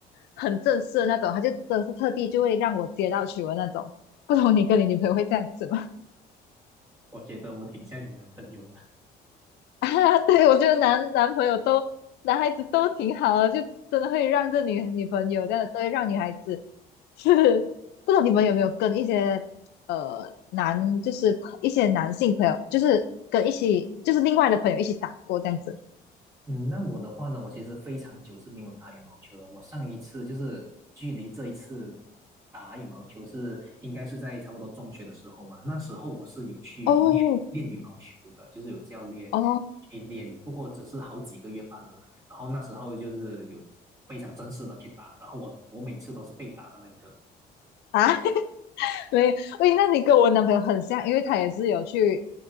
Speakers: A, on the left; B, on the right.
A: 很正式的那种，他就真的是特地就会让我接到球的那种。不懂你跟你女朋友会这样子吗？
B: 我觉得我挺像你男朋友的。
A: <laughs> 啊，对，我觉得男男朋友都男孩子都挺好的，就真的会让这女女朋友这样的，都会让女孩子。是，不知道你们有没有跟一些呃男，就是一些男性朋友，就是跟一起，就是另外的朋友一起打过这样子。
B: 嗯，那我的话呢，我其实非常久是没有打羽毛球了。我上一次就是距离这一次打羽毛球是应该是在差不多中学的时候吧。那时候我是有去练练羽毛球的，
A: 哦
B: 就是有教练
A: 哦
B: 去练，不过只是好几个月罢了啦。然后那时候就是有非常正式的去打，然后我我每次都是被打的那一个，
A: 啊，对，喂，那你跟我男朋友很像，因为他也是有去，